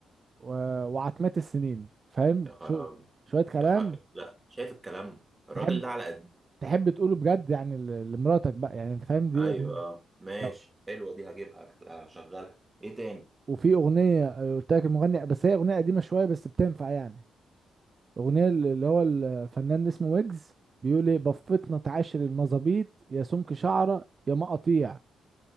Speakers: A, on the right (about 45°); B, on the right (about 20°).
A: و- وعتمات السنين فاهم
B: يا خرابي
A: شو شوية كلام
B: يا خرابي لا شايف الكلام الراجل
A: تحب
B: ده على قد
A: تحب تقوله بجد يعني ل- لمراتك بقى يعني انت فاهم دي
B: ايوه
A: اغنية
B: اه ماشي
A: يا-
B: حلوة دي هجيبها هكت- هشغلها ايه تاني
A: وفي اغنية آه، قلت لك المغني بس هي اغنية قديمة شوية بس بتنفع يعني اغنية ال- اللي هو الفنان اسمه ويجز بيقول ايه بفتنا تعاشر المظابيط يا سمك شعرة يا مقاطيع